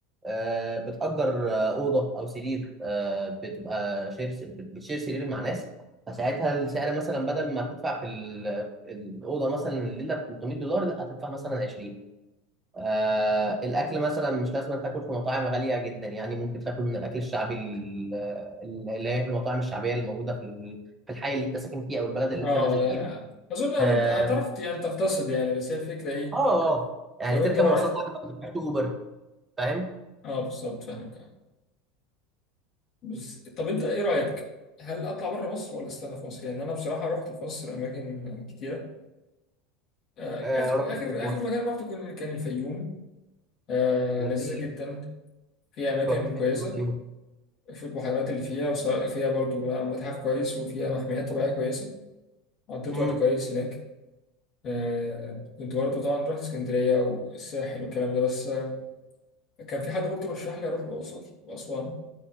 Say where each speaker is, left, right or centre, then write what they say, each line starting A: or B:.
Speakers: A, on the right; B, on the left.
A: آه، بتأجر آه، أوضة أو سرير آه، بتبقى شير س- بتشير سرير مع ناس فساعتها السعر مثلا بدل ما هتدفع في ال- في الأوضة مثلا الليلة ب 300 دولار لا هتدفع مثلا 20 آه، الأكل مثلا مش لازم تاكل في مطاعم غالية جدا يعني ممكن تاكل من الأكل الشعبي ال- ال- اللي هي في المطاعم الشعبية اللي موجودة في ال- في الحي اللي أنت ساكن فيه أو البلد اللي
B: أه
A: أنت نازل
B: يعني
A: فيها
B: أظن هت-
A: اه
B: هتعرف يعني تقتصد يعني بس هي الفكرة إيه
A: آه، آه. يعني
B: لو
A: تركب
B: أنت بقى
A: مواصلات
B: رحت
A: عامة ما تروحش اوبر فاهم
B: أه بالظبط فاهمك أه بس طب أنت إيه رأيك؟ هل أطلع بره مصر ولا أستنى في مصر؟ يعني أنا بصراحة رحت في مصر أماكن كتيرة آه،
A: آه
B: آخر
A: رحت
B: آخر
A: فين في مصر
B: آخر مكان رحته كان كان الفيوم آه،
A: من
B: لذيذة
A: بعيد
B: جدا فيها أماكن
A: رحت فين
B: كويسة
A: في مصر
B: في البحيرات اللي فيها وسواء فيها برضو م- متحف كويس وفيها محميات طبيعية كويسة قضيت
A: امم
B: وقت كويس هناك آه، كنت برضو طبعا رحت اسكندرية والساحل والكلام ده بس آه، كان في حد برضو رشح لي أروح الأقصر وأسوان